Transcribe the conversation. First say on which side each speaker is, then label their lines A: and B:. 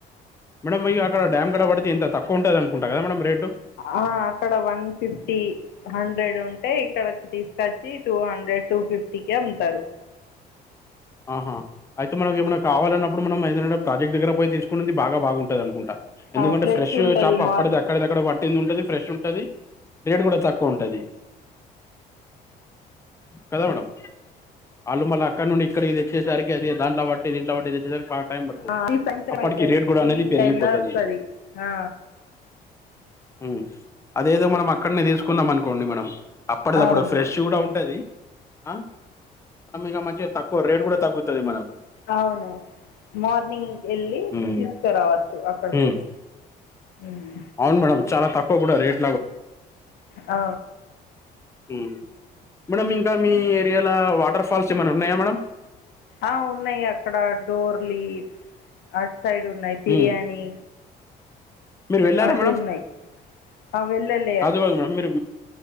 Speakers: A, on the left; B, on the left.
A: మేడం ఇగ అక్కడ డమ్ కడ పడితే ఎంత తక్కువ ఉంటది అకుంట కదా మేడం రేట్
B: ఆ అక్కడ వన్ ఫిఫ్టీ హండ్రెడ్ ఉంటే ఇక్కడకి తీసుకొచ్చి టూ హండ్రెడ్ టూ ఫిఫ్టీ కి అమ్ముతారు
A: ఆహా అయితే మనంకేమన్నా
B: ఆ.
A: కావలన్నప్పుడు మనం ఏదంటే ప్రాజెక్ట్ దగ్గర పోయి తీసుకునేది బాగా బాగుంటుంది టూన్ది అనుకుంట ఎందుకంటే
B: ఆ
A: ఫ్రెష్
B: ఉంటది
A: చాప
B: మార్నింగ్
A: అప్పటిది అక్కడక్కడ పట్టింది ఉంటది ఫ్రెష్ ఉంటది రేట్ కూడా తక్కువ ఉంటుంది కదా మేడం వాళ్ళు మళ్ళ అక్కడ నుండి ఇక్కడికి తెచ్చేసరికి అది దాట్లో బట్టి దీంట్లో బట్టిద తెచ్చేసరికి టైం పడుతుంది
B: ఆ ఈ సాయంత్రం
A: అప్పటికి
B: అయితది
A: రేట్ కూడా
B: ఈవినింగ్
A: అనేది పెరిగిపోతది
B: టైమ్ లో వస్తది ఆ
A: ఉమ్ అదేదో మనం అక్కడనే తీసుకున్నాం అనుకోండి మేడం అప్పటిదప్పుడు
B: అవును
A: ఫ్రెష్ కూడా ఉంటది ఆ మనం ఇక మంచిగా తక్ కు రేట్ కూడా తగ్గుతాది మనకు
B: అవును మార్నింగ్ వెళ్ళి
A: హ్మ్.
B: తీసుకురావచ్చు అక్కడ
A: హ్మ్.
B: పోయి ఉమ్
A: అవును మేడం చాలా తక్కువ కూడా రేట్
B: ఆ
A: ఉమ్ మేడమ్ ఇంకా మీ ఏరియాల వాటర్ ఫాల్స్ ఏమైన్నా ఉన్నాయా మేడం
B: ఆ ఉన్నాయి అక్కడ డోర్లీ అట్ సైడ్ ఉన్నాయి బిర్యానీ
A: ఉమ్. మీరు వెళ్ళారా
B: అటున్నాయి
A: మేడం
B: అ వెళ్లేలు
A: కాదు కాదు మేడమ్ మీరు